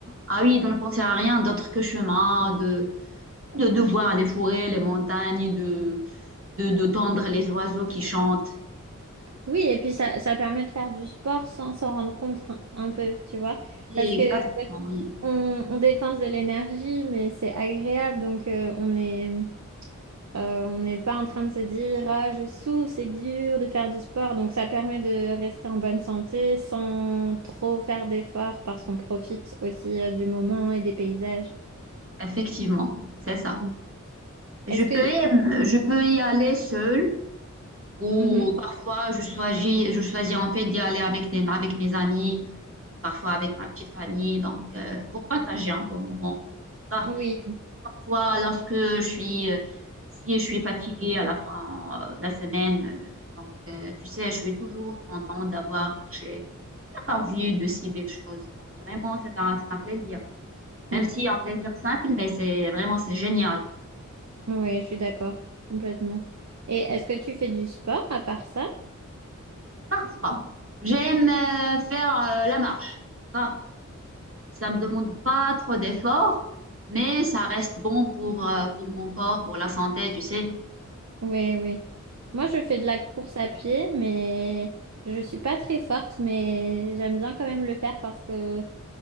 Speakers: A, on the right (about 45°); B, on the right (about 60°).
A: ah oui, de ne penser à rien d'autre que chemin, de, de, de voir les forêts, les montagnes, de de d'entendre les oiseaux qui chantent.
B: Oui, et puis ça, ça permet de faire du sport sans s'en rendre compte un, un peu, tu vois.
A: Oui,
B: Parce que
A: Exactement, oui,
B: on, on dépense de l'énergie, mais c'est agréable, donc euh, on est... Euh, on n'est pas en train de se dire, ah, je souffre, c'est dur de faire du sport. Donc, ça permet de rester en bonne santé sans trop faire d'efforts parce qu'on profite aussi euh, du moment et des paysages.
A: effectivement, c'est ça.
B: Mm.
A: Je
B: Est-ce
A: peux,
B: que...
A: y- je peux y aller seule ou
B: Mhm.
A: parfois je choisis, je choisis en fait d'y aller avec des, avec mes amis, parfois avec ma petite famille, donc euh, pour partager un bon moment. Par-
B: Mm. Oui,
A: Parfois, lorsque je suis, euh, si je suis fatiguée à la fin euh, de la semaine, euh, donc euh, tu sais, je suis toujours contente d'avoir marché, d'avoir vu de si belles choses. Donc vraiment, c'est un, c'est un plaisir. même
B: Mm.
A: si en plaisir simple, mais c'est vraiment c'est génial.
B: Oui, je suis d'accord, complètement. Et est-ce que tu fais du sport à part ça?
A: Parfois, j'aime euh, faire euh, la marche. Ça ça me demande pas trop d'efforts, mais ça reste bon pour, euh, pour mon corps, pour la santé, tu sais.
B: Oui, oui. Moi, je fais de la course à pied, mais je suis pas très forte, mais j'aime bien quand même le faire parce que